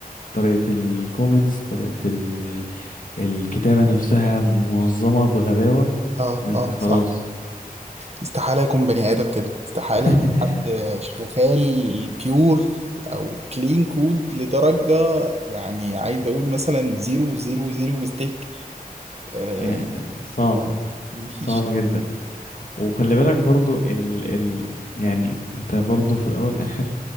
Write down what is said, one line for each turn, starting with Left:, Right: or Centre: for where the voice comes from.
Left: طريقة الكومنتس طريقة ال... الكتابة نفسها منظمة بغباوة
Right: اه
Left: ده انت
Right: اه
Left: خلاص
Right: صح استحالة يكون بني آدم كده استحالة
Left: <laughs>
Right: يبقى حد شغال بيور او كلين كود لدرجة يعني عايز اقول مثلا زيرو زيرو زيرو ميستيك آه
Left: يعني صعبة
Right: مفيش
Left: صعبة جدا وخلي بالك برضو ال ال يعني انت برضو في الاول والاخر